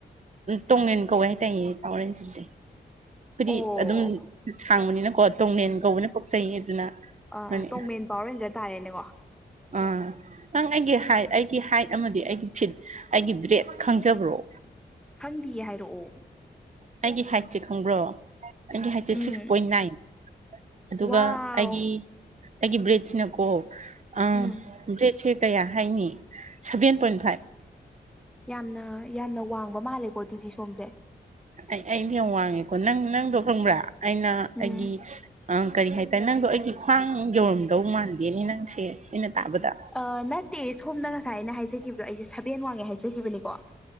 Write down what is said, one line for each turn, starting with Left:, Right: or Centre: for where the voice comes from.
Right: ꯇꯣꯡꯡꯂꯦꯟ ꯀꯧꯋꯏ ꯍꯥꯏ ꯇꯥꯏꯌꯦ ꯊꯥꯎꯔꯦꯟꯁꯤꯁꯦ꯫ ꯑꯩꯈꯣꯏꯗꯤ
Centre: ꯑꯣ
Right: ꯑꯗꯨꯝ ꯁꯥꯡꯕꯅꯤꯅꯀꯣ ꯇꯣꯡꯡꯂꯦꯟ ꯀꯧꯕꯅ ꯄꯣꯛꯆꯩ ꯑꯗꯨꯅ
Centre: ꯑ
Right: ꯃꯅꯤ
Centre: ꯇꯣꯡꯃꯦꯟ ꯄꯋꯥꯔ ꯍꯦꯟꯖꯔ ꯇꯥꯔꯦꯅꯦꯀꯣ
Right: ꯑꯥ ꯅꯪ ꯑꯩꯒꯤ ꯍꯥꯏ ꯑꯩꯒꯤ ꯍꯥꯏꯠ ꯑꯃꯗꯤ ꯑꯩꯒꯤ ꯐꯤꯠ ꯑꯩꯒꯤ ꯕ꯭ꯔꯦꯠ ꯈꯪꯖꯕ꯭ꯔꯣ?
Centre: ꯈꯪꯗꯦ ꯍꯥꯏꯔꯛꯑꯣ
Right: ꯑꯩꯒꯤ ꯍꯥꯏꯠꯁꯦ ꯈꯪꯕ꯭ꯔꯣ? ꯑꯩꯒꯤ ꯍꯥꯏꯁꯦ
Centre: ꯎꯝ
Right: ꯁꯤꯛꯁ ꯄꯣꯏꯟ ꯅꯥꯏꯟ ꯑꯗꯨꯒ
Centre: ꯋꯥꯎ
Right: ꯑꯩꯒꯤ ꯑꯩꯒꯤ ꯔꯦꯖꯅ ꯀꯣ ꯑ
Centre: ꯎꯝ
Right: ꯔꯦꯖ ꯁꯦ ꯀꯌꯥ ꯍꯥꯏꯅꯤ ꯁꯚꯦꯟ ꯄꯣꯏꯟ ꯐꯥꯏꯚ꯫
Centre: ꯌꯥꯝꯅ ꯌꯥꯝꯅ ꯋꯥꯡꯕ ꯃꯥꯜꯂꯦꯀꯣ ꯑꯗꯨꯗꯤ ꯁꯣꯝꯁꯦ꯫
Right: ꯑꯩ ꯑꯩꯗꯤ ꯌꯥꯝ ꯋꯥꯡꯉꯦꯀꯣ ꯅꯪ ꯅꯪꯗꯣ ꯈꯪꯕ꯭ꯔꯥ ꯑꯩꯅ
Centre: ꯎꯝ
Right: ꯑꯩꯒꯤ ꯑ ꯀꯔꯤ ꯍꯥꯏꯇꯥꯔꯦ ꯅꯪꯗꯣ ꯑꯩꯒꯤ ꯈ꯭ꯋꯥꯡ ꯌꯧꯔꯝꯗꯧ ꯃꯥꯟꯗꯦꯅꯦ ꯅꯪꯁꯦ ꯑꯩꯅ ꯇꯥꯕꯗ
Centre: ꯑ ꯅꯠꯇꯦ ꯁꯣꯝꯗ ꯉꯁꯥꯏ ꯑꯩꯅ ꯍꯥꯏꯖꯒꯤꯈꯤꯕꯗꯣ ꯑꯩꯁꯦ ꯁꯕꯦꯟ ꯋꯥꯡꯉꯦ ꯍꯥꯏꯖꯒꯤꯕꯅꯤꯀꯣ